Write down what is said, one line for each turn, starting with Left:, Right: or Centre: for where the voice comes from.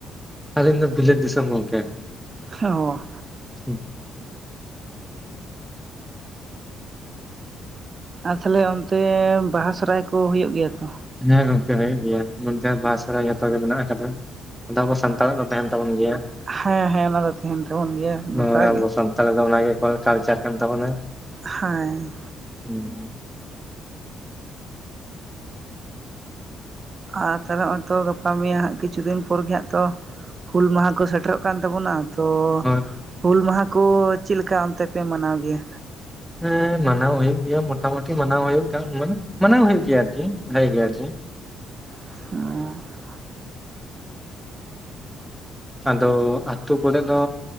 Centre: ᱟᱞᱤᱧ ᱫᱚ ᱵᱤᱞᱟᱹᱛ ᱫᱤᱥᱚᱢ ᱜᱚᱝᱠᱮ।
Right: ᱚ
Centre: ᱦᱮᱸ
Right: ᱟᱨ ᱛᱟᱦᱚᱞᱮ ᱚᱱᱛᱮ ᱵᱟᱦᱟ ᱥᱚᱦᱚᱨᱟᱭ ᱠᱚ ᱦᱩᱭᱩᱜ ᱜᱮᱭᱟ ᱛᱚ?
Centre: ᱦᱮᱸ ᱜᱚᱝᱠᱮ ᱦᱩᱭᱩᱜ ᱜᱮᱭᱟ, ᱱᱚᱱᱛᱮ ᱵᱟᱦᱟ- ᱥᱚᱦᱚᱨᱟᱭ ᱡᱚᱛᱚ ᱜᱮ ᱢᱮᱱᱟᱜ ᱟᱠᱟᱫᱟ। ᱟᱫᱚ ᱟᱵᱚ ᱥᱟᱱᱛᱟᱲᱟᱜ ᱫᱚ ᱛᱟᱸᱦᱮᱱ ᱛᱟᱵᱚᱱ ᱜᱮᱭᱟ
Right: ᱦᱮᱸ ᱦᱮᱸ ᱚᱱᱟ ᱫᱚ ᱛᱟᱦᱮᱱ ᱛᱟᱵᱚᱱ ᱜᱮᱭᱟ ᱜᱚᱴᱟ
Centre: ᱦᱚᱭ ᱟᱵᱚ
Right: ᱜᱮ
Centre: ᱥᱟᱱᱛᱟᱲ ᱫᱚ ᱚᱱᱟᱜᱮ ᱠᱚᱞ ᱠᱟᱞᱪᱟᱨ ᱠᱟᱱ ᱛᱟᱵᱚᱱᱟ।
Right: ᱦᱮᱸ
Centre: ᱦᱩᱸ ᱦᱩᱸ
Right: ᱟᱨ ᱛᱟᱦᱚᱞᱮ ᱱᱚᱜᱼᱚᱭ ᱛᱚ ᱜᱟᱯᱟᱼ ᱢᱮᱭᱟᱝ ᱦᱟᱸᱜ ᱠᱤᱪᱷᱩ ᱫᱤᱱ ᱯᱚᱨ ᱜᱮ ᱦᱟᱸᱜ ᱛᱚ ᱦᱩᱞ ᱢᱟᱦᱟ ᱠᱚ ᱥᱮᱴᱮᱨᱚᱜ ᱠᱟᱱ ᱛᱟᱵᱚᱱᱟ ᱛᱚ
Centre: ᱦᱳᱭ
Right: ᱦᱩᱞ ᱢᱟᱦᱟ ᱠᱚ ᱪᱮᱫ ᱞᱮᱠᱟ ᱚᱱᱛᱮᱯᱮ ᱢᱟᱱᱟᱣ ᱜᱮᱭᱟ
Centre: ᱦᱮᱸ ᱢᱟᱱᱟᱣ ᱦᱩᱭᱩᱜ ᱜᱮᱭᱟ ᱢᱚᱴᱟ ᱢᱩᱩᱴᱤ ᱢᱟᱱᱟᱣ ᱦᱩᱭᱩᱜ ᱠᱟᱱ ᱢᱟᱱᱮ ᱢᱟᱱᱟᱣ ᱦᱩᱭᱩᱜ ᱜᱮᱭᱟ ᱟᱨᱠᱤ ᱵᱷᱟᱜᱤ ᱜᱮ ᱟᱨᱠᱤ
Right: ᱚ
Centre: ᱟᱫᱚ ᱟᱹᱛᱩ ᱠᱚᱨᱮ ᱫᱚ